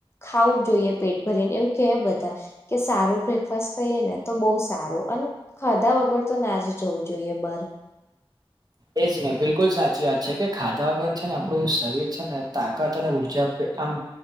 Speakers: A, on the left (about 25°); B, on the right (about 45°).
A: ખાવું જ જોઈએ પેટ ભરીને એવું કે બધા. કે સારું બ્રેકફાસ્ટ ખાય ને તો બહુ સારું અને ખાધા વગર તો ના જ જવું જોઈએ બાર. <inaudible>
B: એ જ ને બિલકુલ સાચી વાત છે કે ખાધા વગર છે ને આપણું શરીર છે ને તાકાત અને ઉર્જા આપે. આમ